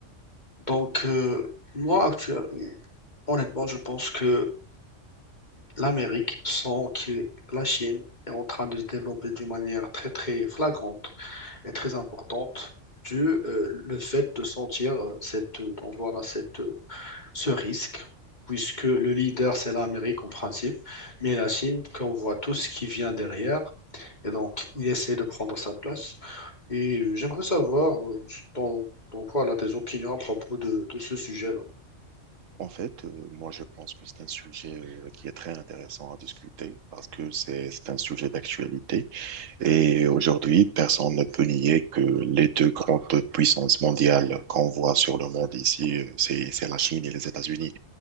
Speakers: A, on the left; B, on the right.
A: Donc, euh, moi, actuellement, honnêtement, je pense que l'Amérique, sans que la Chine est en train de se développer d'une manière très, très flagrante et très importante, dû euh, le fait de sentir euh, cette, euh, donc voilà, cette, euh, ce risque, puisque le leader, c'est l'Amérique en principe, mais la Chine, qu'on voit tous, qui vient derrière, et donc, il essaie de prendre sa place. Et euh, j'aimerais savoir euh, ton, ton, voilà, tes opinions à propos de, de ce sujet-là.
B: En fait, euh, moi, je pense que c'est un sujet euh, qui est très intéressant à discuter parce que c'est c'est un sujet d'actualité. Et aujourd'hui, personne ne peut nier que les deux grandes puissances mondiales qu'on voit sur le monde ici, euh, c'est c'est la Chine et les États-Unis.